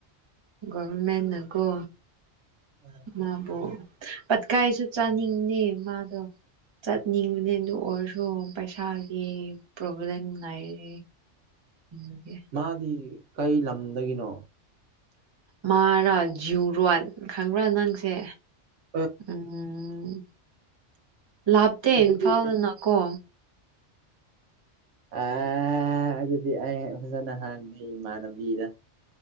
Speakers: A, on the right (about 30°); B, on the right (about 80°).
A: ꯒꯣꯔꯔꯃꯦꯟ ꯅꯀꯣ꯫
B: ꯎꯝ꯫
A: ꯃꯥꯕꯨ ꯄꯠꯀꯥꯏꯁꯨ ꯆꯥꯅꯤꯡꯉ ꯃꯥꯗꯣ ꯆꯠꯅꯤꯡꯕꯅꯦ ꯑꯗꯨ ꯑꯣꯏꯔꯁꯨ ꯄꯩꯁꯥꯒꯤ ꯄ꯭ꯔꯣꯕ꯭ꯂꯦꯝ ꯂꯩꯔꯤ ꯎꯒ
B: ꯃꯥꯗꯤ ꯀꯩ ꯂꯝꯗꯒꯤꯅꯣ
A: ꯃꯥꯔꯥ ꯖꯨꯔꯣꯟ ꯈꯪꯕ꯭ꯔꯥ ꯅꯪꯁꯦ
B: ꯑ
A: ꯎꯝ ꯂꯥꯞꯇꯦ
B: ꯑꯗꯨꯗꯤ
A: ꯏꯝꯐꯥꯜꯗꯅ ꯀꯣ
B: ꯑꯦ ꯑꯗꯨꯗꯤ ꯑꯩ ꯐꯖꯅ ꯍꯥꯡꯉꯦ ꯏꯃꯥꯟꯅꯕꯤꯗ